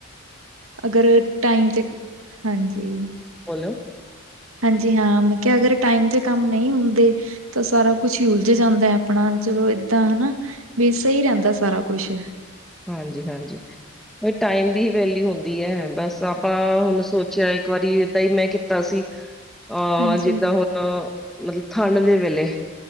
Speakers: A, on the right; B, in the centre.
A: ਅਗਰ ਟਾਈਮ ਚ ਹਾਂਜੀ,
B: ਬੋਲੋ
A: ਹਾਂਜੀ ਹਾਂ, ਮੈਂ ਕਿਹਾ ਅਗਰ ਟਾਈਮ ਤੇ ਕੰਮ ਨਹੀਂ ਹੁੰਦੇ। ਤਾਂ ਸਾਰਾ ਕੁਛ ਹੀ ਉਲਝ ਜਾਂਦਾ ਹੈ, ਆਪਣਾ ਚਲੋ ਏਦਾਂ ਹਨਾ। ਵੀ ਸਹੀ ਰੈਂਦਾ ਸਾਰਾ ਕੁਛ
B: ਹਾਂਜੀ ਹਾਂਜੀ, ਟਾਈਮ ਦੀ ਹੀ ਵੈਲਿਊ ਹੁੰਦੀ ਹੈ, ਬਸ ਆਪਾਂ ਹੁਣ ਸੋਚਿਆ ਇੱਕ ਵਾਰੀ ਏਦਾਂ ਹੀ ਮੈਂ ਕੀਤਾ ਸੀ।
A: <unintelligible>
B: ਅਹ
A: ਹਾਂਜੀ
B: ਜਿੱਦਾਂ ਹੁਣ ਮਤਲਬ ਠੰਡ ਦੇ ਵੇਲੇ,